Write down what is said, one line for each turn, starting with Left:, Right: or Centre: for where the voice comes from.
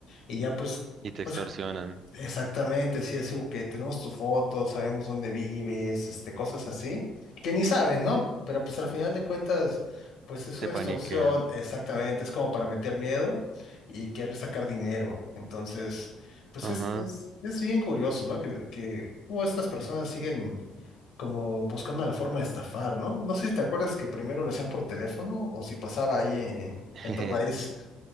Left: Y ya pues,
Right: Y te
Left: pues
Right: extorsionan,
Left: Exactamente, sí, así como que tenemos tu foto, sabemos dónde vives, este, cosas así, que ni sabes ¿no? Pero pues al final de cuentas, pues es
Right: te
Left: una extorsión,
Right: paniquean,
Left: exactamente, es como para meter miedo y querer sacar dinero. Entonces, pues
Right: ajá.
Left: es, es, es bien curioso, ¿no? Que, que cómo estas personas siguen como buscando la forma de estafar, ¿no? No sé si te acuerdas que primero lo hacían por teléfono o si pasaba ahí en,
Right: <laughs>
Left: en tu país.